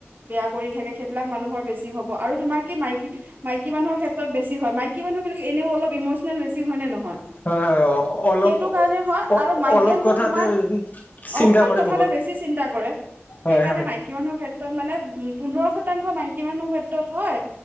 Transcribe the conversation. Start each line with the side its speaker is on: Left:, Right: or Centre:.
Right: বেয়া কৰি থাকে সেইবিলাক মানুহৰ বেছি হ'ব আৰু তোমাৰ কি মাই -মাইকী মানুহৰ ক্ষেত্ৰত বেছি হয় মাইকী মানুহ বিলাক এনেও অলপ ইমচন বেছি হয় নে নহয়।
Left: হয় হয় অলপ
Right: সেইটো কাৰণে হয়
Left: অ
Right: আৰু মাইগ্ৰেনটো
Left: অলপ কথাতে
Right: তোমাৰ
Left: চিন্তা
Right: অকমান
Left: কৰে
Right: কথাতে
Left: বহুত
Right: বেছি চিন্তা কৰে
Left: হয়
Right: সেইকাৰণে
Left: হয়
Right: মাইকী মানুহৰ ক্ষেত্ৰত মানে উম পোন্ধৰ শতাংশ মাইকী মানুহৰ ক্ষেত্ৰত হয়